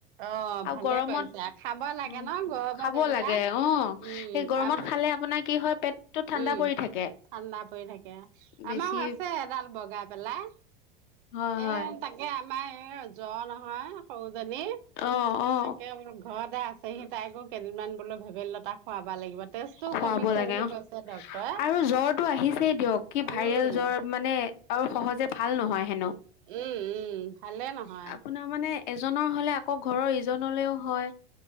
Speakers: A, on the right; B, on the left.
A: অ',
B: আৰু
A: ভালে
B: গৰমত
A: কৰিছে খাব লাগে
B: উ
A: ন গৰমত
B: খাব
A: এইবিলাক
B: লাগে অ
A: উম,
B: সেই গৰমত
A: আম
B: খালে আপোনাৰ কি হয় পেটটো ঠাণ্ডা
A: উম,
B: পৰি থাকে
A: ঠাণ্ডা পৰি থাকে
B: বেছি
A: আমাৰো আছে এডাল বগাই পেলাই
B: হয় হয়
A: এ তাকে আমাৰ এই জ্বৰ নহয় সৰুজনী-
B: অ অ
A: তাকে ম ঘৰতে আছেহি তাইকো কেইদিনমান বোলো ভেডাইলতা খুৱাব লাগিব তেজটোও
B: খুৱাব
A: কমিছে
B: লাগে
A: বুলি
B: অ
A: কৈছে ডক্তৰে।
B: আৰু জ্বৰটো আহিছেই দিয়ক কি ভাইৰেল
A: উম
B: জ্বৰ মানে আৰু সহজে ভাল নহয় হেনো
A: উম উম ভালে নহয়।
B: আপোনাৰ মানে এজনৰ হলে আকৌ ঘৰৰ ইজনলৈও হয়